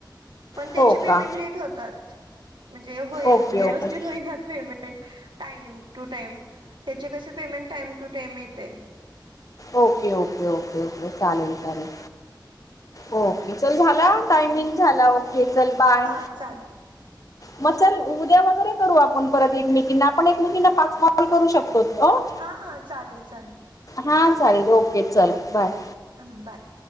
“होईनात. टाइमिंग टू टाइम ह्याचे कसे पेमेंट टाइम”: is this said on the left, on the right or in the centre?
Right